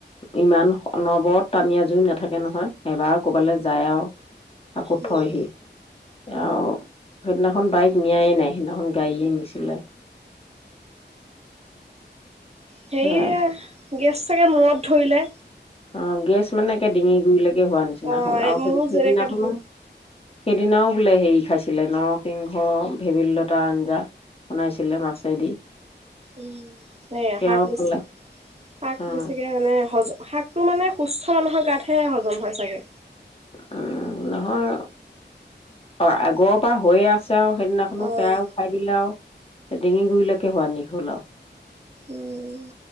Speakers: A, on the left (about 30°); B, on the right (about 35°).
A: ইমান অনবৰত টানি আজুৰি নাথাকে নহয় এবাৰ ক'বালৈ যায় আৰু। আকৌ
B: উম।
A: থয়হি আৰু সেইদিনাখন বাইক নিয়াই নাই সিদিনাখন গাড়ীয়ে নিছিলে।
B: সেইয়া
A: সেয়াই
B: গেছ চাগে মূৰত ধৰিলে।
A: অ', গেছ মানে একে ডিঙি গুৰিলৈকে হোৱা নিচিনা।
B: অ'
A: আও
B: এই মোৰ
A: সিদিনাখনো
B: যেনেকে ধৰি
A: হ'ল। সেইদিনাও বোলে হেৰি খাইছিলে নৰসিংহ ভেবেলী লতা আঞ্জা বনাইছিলে মাছেদি
B: উম, সেয়া
A: সেয়াও
B: শাক বেছি,
A: খালে
B: শাক
A: অ'
B: বেছিকে মানে হজ শাকটো মানে সুস্থ মানুহৰ গাত সেয় হজম হয় চাগে।
A: উম নহয় অ', আগৰ পৰা হৈয়ে আছ আৰু সেইদিনাখনো
B: অ'
A: সেয়াও খাই দিলে আৰু। ডিঙি গুৰিলৈকে হোৱা নি হ'ল আৰু।
B: উম,